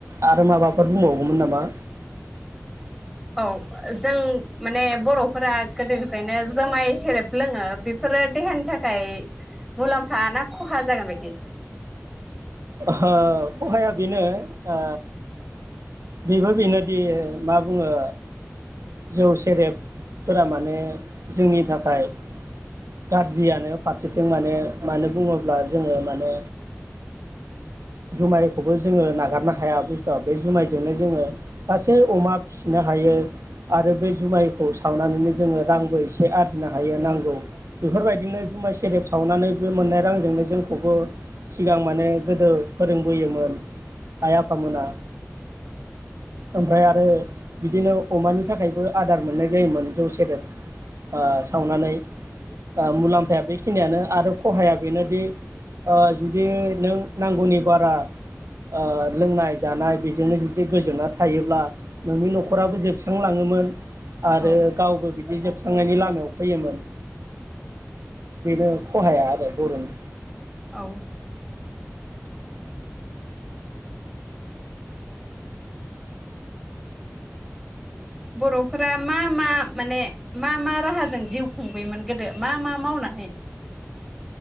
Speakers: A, on the right; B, in the centre.
A: आरो माबाफोर बुंबावगौमोन नामा?
B: औ जों माने बर'फोरा गोदोनिफ्रायनो जुमाय सेरेब लोङो बेफोरो देहानि थाखाय मुलाम्फा ना खहा जागोन बायदि?
A: ओ हो खहाया बेनो ओ बेबो बेनोदि मा बुङो जौ सेरेबफोरा माने जोंनि थाखाय गारज्रियानो फारसेथिं माने मानो बुङोब्ला जोंङो माने जुमायखौबो जोंङो नागारनो हाया बुस्तुआ बे जुमायजोंनो जोंङो तासै अमा फिनो हायो आरो बे जुमायखौ सावनानैनो जोङो रांबो एसे आरजिनो हायो नांगौ। बेफोरबायदिनो जुमाइ सेरेब सावनानै बे मोननाय रांजोंनो जोंखौबो सिगां माने गोदो फोरोंबोयोमोन आइ आफामोना ओमफ्राय आरो बिदिनो अमानि थाखायबो आदार मोननाय जायोमोन जौ सेरेब ओ सावनानै। ओ मुलाम्फाया बेखिनिआनो आरो खहाया बेनोदि ओ जुदि नों नांगौनि बारा ओ लोंनाय जानाय बेजोंनो जुदि गोजोमना थायोब्ला नोंनि न'खराबो जोबस्रांलाङोमोन। आरो
B: औ
A: गावबो बिद। दि जोबस्रांनायनि लामायाव फैयोमोन। बेनो खहाया आरो बर'नि।
B: औ। बर'फोरा मा मा माने मा मा राहाजों जिउ खुंबोयोमोन गोदो मा मा मावनानै?